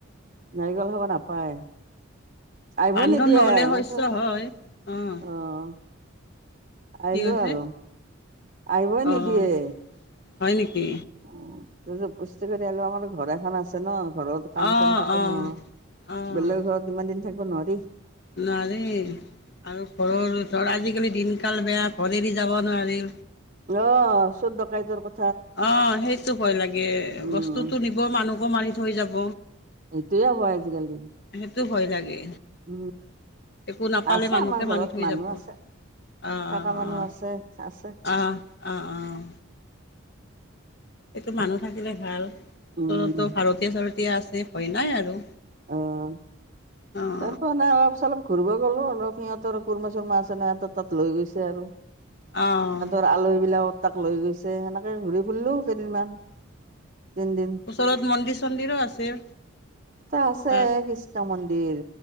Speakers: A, on the right; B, on the left.
A: নাৰিকল খাব নাপায়, আহিব
B: বান্দৰ
A: নিদিয়ে
B: নহ'লে শস্য
A: মই
B: হয়। অ',
A: অহ। আহিলো
B: কি কৈছে?
A: আৰু আহিবই নিদিয়ে।
B: অ', হয় নেকি?
A: অহ, জোৰ জবৰদস্তি কৰি আহিলো আমাৰ ঘৰ এখন আছে ন' ঘৰত কাম
B: অ',
A: চাম থাকে
B: অ'।
A: ন'
B: অ',
A: বেলেগৰ ঘৰত ইমান দিন থাকিব নোৱাৰি।
B: নোৱাৰি আৰু ঘৰৰ ওচৰ আজিকালি দিনকাল বেয়া, ঘৰ এৰি যাব নোৱাৰি।
A: অ', চুৰ দকাইতৰ ক
B: অ', সেইটো ভয় লাগে
A: উম
B: বস্তুটো নিব, মানুহকো মাৰি থৈ যাব।
A: সেইটোয়ে হয় আজিকালি
B: সেটো ভয় লাগে।
A: উম
B: একো নাপালে
A: আছে
B: মানুহে
A: আমাৰ ঘৰত
B: মাৰি থৈ
A: মানুহ
B: যাব।
A: আছে
B: আহ,
A: থকা মানুহ আছে আছে
B: অ', অ', আহ, আহ, অ'। সেইটো মানুহ থাকিলে ভাল ওচৰতো
A: উম
B: ভাৰতীয়া চাৰতীয়া আছে, ভয় নাই আৰু।
A: অ'।
B: অ'।
A: তাৰ পৰা এনে অলপ চলপ ঘূৰিব গ'লো, অলপ সিহঁতৰ কুৰ্মা চুৰমা আছে না, সিহঁতৰ তাত লৈ গৈছে আৰু।
B: অ'।
A: আলহীবিলাকৰ তাক লৈ গৈছে, সেনেকে ঘূৰি ফুৰলো কেইদিনমান, তিনিদিন।
B: ওচৰত মন্দিৰ চন্দিৰো আছে।
A: টা আছে,
B: তাত
A: কৃষ্ণ মন্দিৰ